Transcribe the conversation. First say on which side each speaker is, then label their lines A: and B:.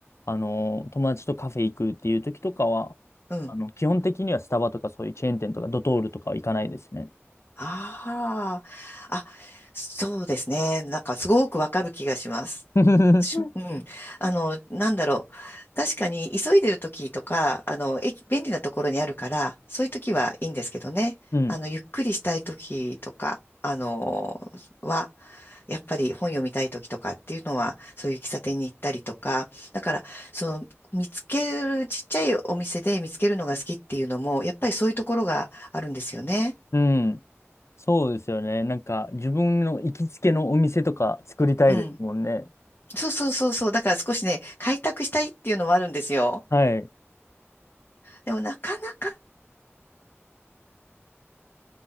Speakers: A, on the left; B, on the left.
A: あの、友達とカフェ行くっていうときとかは、
B: うん。
A: あの、基本的にはスタバとかそういうチェーン店とか、ドトールとかは行かないですね。
B: ああ。あ、そうですね。なんかすごくわかる気がします。
A: <laughs>
B: し、うん。あの、なんだろう。確かに、急いでる時とか、あの、駅、便利なところにあるから、そういう時はいいんですけどね。
A: うん。
B: あの、ゆっくりしたい時とか、あの、は、やっぱり本読みたい時とかっていうのは、そういう喫茶店に行ったりとか、だから、その、見つける、ちっちゃいお店で見つけるのが好きっていうのも、やっぱりそういうところがあるんですよね。
A: うん。そうですよね。なんか、自分の行きつけのお店とか作りたいですもんね。
B: うん。そうそうそうそう。だから少しね、開拓したいっていうのもあるんですよ。
A: はい。
B: でもなかなか